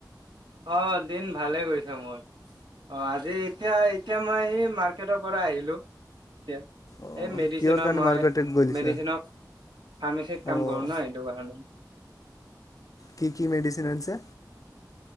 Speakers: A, on the right; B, on the left.
A: অ দিন ভালে গৈছে মোৰ অ আজি এতিয়া এতিয়া মই এই মাৰ্ তেখেতৰ পৰা আহিলো এতিয়া
B: অঁ
A: এই মেডিচিনৰ
B: কিহৰ কাৰণে
A: মই
B: মাৰ্কেটত গৈছা?
A: মেডিচিনৰ ফাৰ্মাচত কাম
B: অঁ
A: কৰোঁ ন এইটো কাৰণে
B: কি কি মেডিচিন আনিছে?